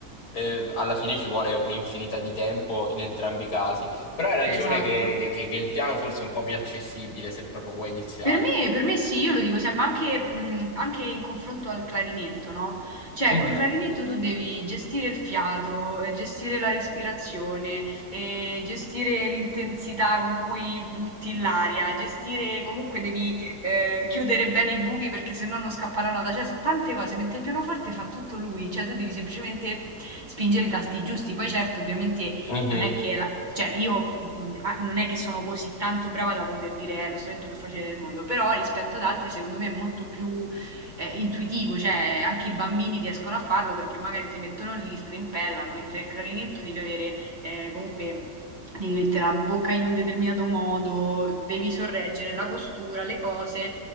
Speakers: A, on the left; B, on the right.
A: eh, alla fine ci vuole un'infinità di tempo in entrambi i casi. Però hai ragione
B: esatto.
A: che, che- che- che il piano forse è un po' più accessibile se proprio vuoi iniziare.
B: Per me per me sì, io lo dico sempre, ma anche mhmm, anche in confronto al clarinetto, no, cioè
A: Mhm.
B: col clarinetto tu devi gestire il fiato, ehm, gestire la respirazione, ehm, gestire l'intensità con cui butti l'aria, gestire comunque devi, ehm, chiudere bene i buchi perché se no non scappa la nota, cioè so' tante cose, mentre il pianoforte fa tutto lui, cioè tu devi semplicemente spingere i tasti giusti. Poi certo ovviamente
A: Mhm,
B: non è che la cioè, io mh, a- non è che sono così tanto brava da poter dire è lo strumento più facile del mondo, però rispetto ad altri, secondo me è molto più eh, intuitivo, cioè anche i bambini riescono a farlo perché magari si mettono lì, strimpellano, mentre il clarinetto devi avere eh, comunque. Devi mettere la bocca in un determinato modo, devi sorreggere la postura, le cose.